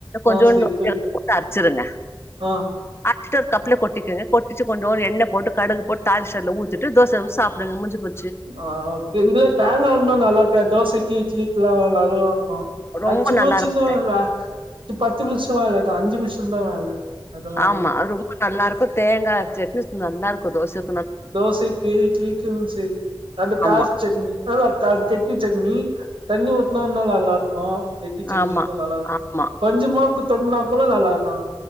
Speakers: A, on the left; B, on the right.
A: கொஞ்சோண்டு
B: ஆ சேரி தம்பி
A: இழுத்துபோட்டு அரச் சுருங்க
B: ஆ
A: அரச்சிட்டு ஒரு கப்ல கொட்டிகங்க கொட்டிச்சு <unintelligible> எண்ண போட்டு கடுகு போட்டு தாழிஷ்டு அதுல ஊத்திட்டு தோச ஊத் சாப்டுங்க முடிஞ்சு போ
B: ஆ ஓகே இதுல தேங்கா ஒண்ணும் நல்லா இருக்காத் தோசைக் கீ இட்லிக்குலா நல்ல
A: ரொம்ப
B: அது சும்மா
A: நல்லா
B: சின்ன
A: இருக்கு
B: <unintelligible> பத்து <unintelligible> இல்ல அஞ்சு மிஷம் தான் வேல அதனால
A: ஆமா
B: கேட்ட
A: ரொம்ப நல்லா இருக்கு தேங்கா சட்னி நல்லா இருக்கு தோச
B: தோசைக்கு இட்லிக்கு சரி அது
A: ஆமா
B: கார் சட்னி நல்லா க கெட்டி சட்னி தண்ணி ஊத்னா இன்னு நல்லா இருக்கு கெட்டி சட்னிக்கு
A: ஆமா
B: நல்லா இருக்கு
A: ஆமா
B: கொஞ்சமா தொட்னா கூட நல்லாதா